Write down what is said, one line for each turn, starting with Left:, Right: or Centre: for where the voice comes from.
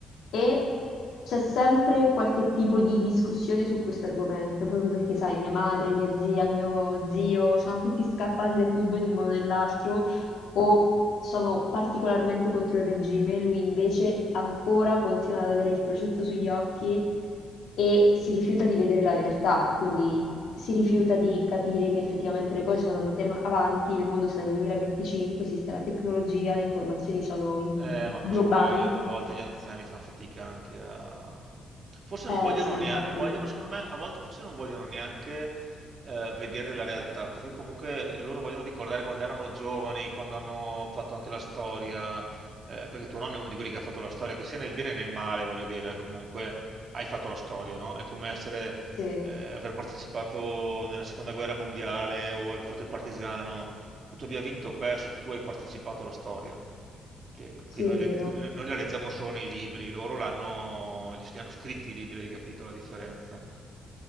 Left: e c'è sempre qualche tipo di discussione su questo argomento, proprio perché, sai, mia madre, mia zia, mio zio, sono tutti scappati da Cuba in un modo o nell'altro o sono particolarmente contro il regime, lui invece ancora continua ad avere il prosciutto sugli occhi e si rifiuta di vedere la realtà, quindi si rifiuta di capire che effettivamente le cose sono andate avanti, il mondo sta nel 2025, esiste la tecnologia, le informazioni sono in-
Right: Eh, ma
Left: globali.
Right: cosa vuoi? A volte gli anziani fanno fatica anche a... Forse non
Left: Eh
Right: vogliono
Left: sì,
Right: neanche,
Left: infatti,
Right: non vogliono, secondo me, a volte forse non vogliono neanche eh, vedere la realtà, perché comunque loro vogliono ricordare quando erano giovani, quando hanno fatto anche la storia, eh, perché tuo nonno è uno di quelli che ha fatto la storia, che sia nel bene e nel male, voglio dire, comunque hai fatto la storia, no? È come essere,
Left: sì,
Right: eh, aver partecipato nella seconda guerra mondiale o aver fatto il partigiano, che tu abbia vinto o perso, tu hai partecipato alla storia che,
Left: sì,
Right: che noi,
Left: è
Right: le-
Left: vero.
Right: che noi la leggiamo solo nei libri, loro l'hanno, gli, hanno scritti i libri, hai capito la differenza?